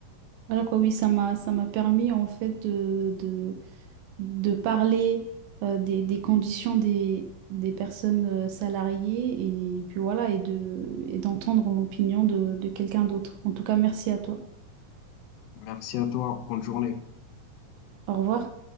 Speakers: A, on the right; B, on the left.
A: Voilà quoi, oui, ça m'a ça m'a permis en fait de, de parler euh, des, des conditions des, des personnes euh, salariées et puis voilà, et de, et d'entendre l'opinion de, de quelqu'un d'autre. En tout cas, merci à toi.
B: Merci à toi. Bonne journée.
A: Au revoir.